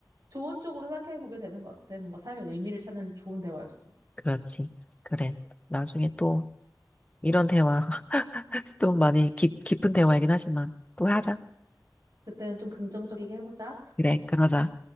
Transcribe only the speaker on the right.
좋은 쪽으로 생각해 보게 되는 것 같아. 뭔가 삶의 의미를 찾는 좋은 대화였어.
그때는 좀 긍정적이게 해보자.